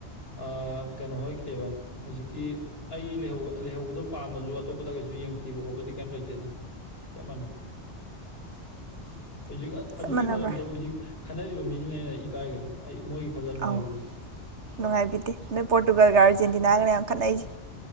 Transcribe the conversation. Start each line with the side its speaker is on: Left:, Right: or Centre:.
Left: ꯑꯥ ꯀꯩꯅꯣ ꯍꯣꯏ ꯀꯩꯕ ꯍꯧꯖꯤꯛꯀꯤ ꯑꯩ ꯂꯩꯍꯧ ꯂꯩꯍꯧꯕꯗꯣ ꯄꯥꯝꯃꯁꯨ ꯑꯇꯣꯞꯄꯗ ꯀꯩꯁꯨ ꯌꯦꯡꯊꯤꯕ ꯈꯣꯠꯄꯗꯤ ꯀꯩꯝ ꯂꯩꯇꯦꯗ ꯆꯞ ꯃꯥꯟꯅꯩ
Right: <inaudible>
Left: ꯍꯧꯖꯤꯛ
Right: ꯆꯞ
Left: ꯑꯗꯨꯒꯤ
Right: ꯃꯥꯟꯅꯕ꯭ꯔꯥ
Left: ꯃꯔꯝꯗ ꯍꯧꯖꯤꯛ ꯈꯠꯅꯔꯤꯕ ꯃꯤꯁꯤꯅ ꯍꯦꯟꯅ ꯏꯀꯥꯏꯒ꯭ꯔꯦ ꯑꯩ ꯃꯣꯏ ꯈꯜꯂ ꯅꯨꯡꯉꯥꯏꯕꯤꯗꯦ
Right: ꯑꯧ ꯅꯨꯡꯉꯥꯏꯕꯤꯗꯦ ꯅꯣꯏ ꯄꯣꯔꯇꯨꯒꯜꯒ ꯑꯥꯔꯖꯦꯟꯇꯤꯅꯥꯒꯅꯦ ꯌꯥꯝ ꯈꯠꯅꯩꯁꯦ